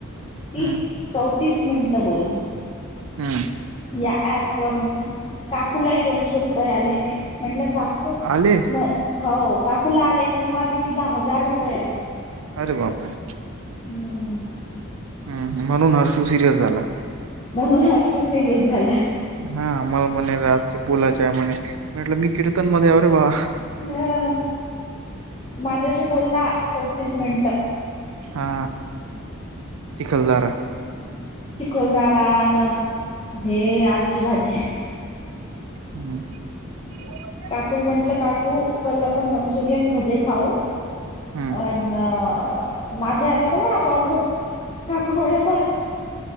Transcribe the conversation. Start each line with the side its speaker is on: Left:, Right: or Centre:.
Left: तीस
Right: हम्म
Left: चौतीस मिनटं बोलली.
Right: हम्म
Left: या प वरून काकूलाही दोनशे रुपये आले म्हटलं. काकू
Right: आले
Left: म हो काकूला आले महिमा दिदीला हजार रुपये आले.
Right: अरे बापरे.
Left: हम्म <unintelligible>
Right: हम म्हणून हर्षू सिरियस झाला.
Left: म्हणून हर्ष सिरियस झाला.
Right: हा मला म्हणे रात्री बोलायच आहे म्हणे म्हटलं मी कीर्तन मध्ये आ रे बा
Left: ह माझ्याशी बोलला चौतीस मिनिटं
Right: हा चिखलदारा.
Left: चिखलदारान हे आलूची भाजी.
Right: हम्म <inaudible>
Left: काकूल म्हंटलं काकू कल आपण मंचुरियन भजे खाऊ
Right: हम्म
Left: अ. न माझे आले तर म्हणा पा ख काकण बर.